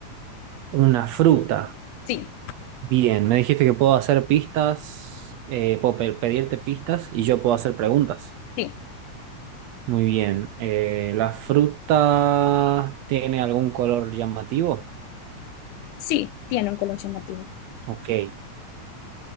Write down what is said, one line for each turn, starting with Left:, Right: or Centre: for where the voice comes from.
Right: Una fruta.
Left: Sí,
Right: Bien. Me dijiste que puedo hacer pistas, eh, puedo pe- pedirte pistas y yo puedo hacer preguntas.
Left: sí.
Right: Muy bien. Eh, ¿la fruta tiene algún color llamativo?
Left: Sí, tiene un color llamativo.
Right: Ok.